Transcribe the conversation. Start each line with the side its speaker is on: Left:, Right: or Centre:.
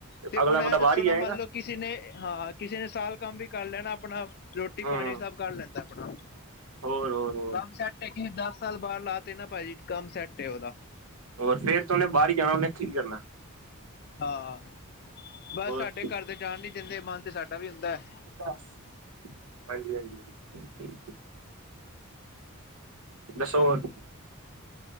Left: ਤੇ
Right: ਅਗਲਾ
Left: ਹੁਣ
Right: ਬੰਦਾ
Left: ਇਹ
Right: ਬਾਹਰ
Left: ਦੱਸੋ
Right: ਹੀ
Left: ਨਾ
Right: ਜਾਏਗਾ
Left: ਮੰਨ ਲਓ ਕਿਸੇ ਨੇ ਹਾਂ ਕਿਸੇ ਨੇ ਸਾਲ ਕੰਮ ਵੀ ਕਰ ਲੈਣਾ ਆਪਣਾ ਰੋਟੀ-
Right: ਹੂੰ
Left: ਪਾਣੀ ਸਭ ਕਰ ਲੈਂਦਾ ਆਪਣਾ
Right: ਹੋਰ ਹੋਰ ਹੋਰ
Left: ਕੰਮ ਸੈੱਟ ਹੈ ਕਿਸੇ ਦਸ ਸਾਲ ਬਾਹਰ ਲਾ ਤੇ ਨਾ ਭਾਜੀ ਕੰਮ ਸੈੱਟ ਉਹਦਾ
Right: ਹੋਰ ਫੇਰ ਤੇ ਓਹਨੇ ਬਾਹਰ ਹੀ ਜਾਣਾ ਇਥੇ ਕਿ ਕਰਨਾ।
Left: ਹਾਂ, ਬਸ
Right: ਹੋਰ
Left: ਸਾਡੇ ਘਰ ਦੇ ਜਾਣ ਨੀ ਦਿੰਦੇ ਮਨ ਤੇ ਸਾਡਾ ਵੀ ਹੁੰਦਾ ਹੈ।
Right: ਬਸ ਹਾਂਜੀ- ਹਾਂਜੀ, ਦੱਸੋ ਹੋਰ?